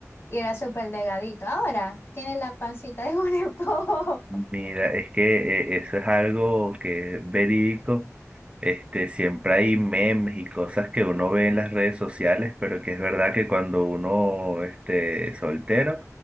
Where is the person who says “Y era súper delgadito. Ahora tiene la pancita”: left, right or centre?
Left